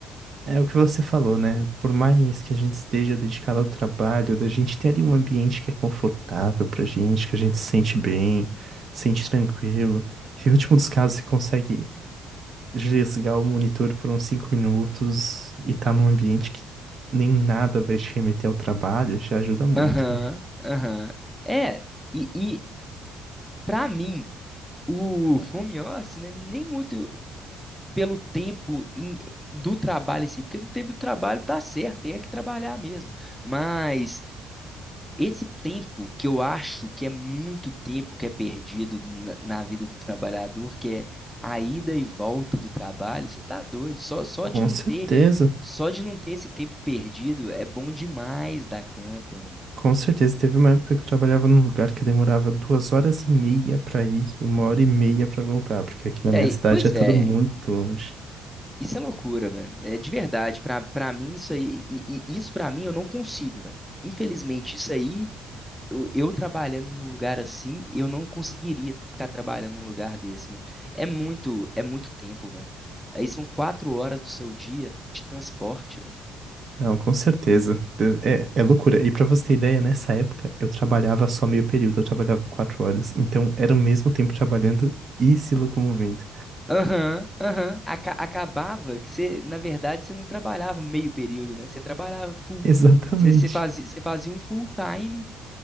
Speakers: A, on the right; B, in the centre.
A: É o que você falou, né? Por mais que a gente esteja dedicado ao trabalho, da gente ter ali um ambiente que é confortável pra gente, que a gente se sente bem, se sente tranquilo. E no último dos casos, você consegue desligar o monitor por uns cinco minutos e tá num ambiente que nem nada vai te remeter ao trabalho, já ajuda muito,
B: Aham,
A: né?
B: aham. É, e, e para mim, o home office, né, nem muito. pelo tempo em- do trabalho em si, porque no tempo do trabalho tá certo, tem é que trabalhar mesmo. Mas esse tempo que eu acho que é muito tempo que é perdido na, na vida do trabalhador, que é a ida e volta do trabalho, você tá doido, só, só
A: Com
B: de não
A: certeza,
B: ter, só de não ter esse tempo perdido é bom demais da conta, mano.
A: com certeza. Teve uma época que eu trabalhava num lugar que eu demorava duas horas e meia pra ir e uma hora e meia pra voltar, porque aqui na
B: É,
A: minha
B: e-
A: cidade
B: pois
A: é tudo
B: é,
A: muito longe.
B: isso é loucura, velho. É de verdade, pra, pra mim isso aí, e- e- isso pra mim eu não consigo, velho. Infelizmente, isso aí eu eu trabalhando num lugar assim, eu não conseguiria ficar trabalhando num lugar desse, velho. É muito, é muito tempo, velho. Aí são quatro horas do seu dia de transporte, velho.
A: Não, com certeza. É, é loucura. E pra você ter ideia, nessa época eu trabalhava só meio período, eu trabalhava quatro horas. Então era o mesmo tempo trabalhando e se locomovendo.
B: Aham, aham. Aca- acabava que você, na verdade, você não trabalhava meio período, né? Você trabalhava full.
A: <laughs> Exatamente.
B: Você, você fazia, você fazia um full time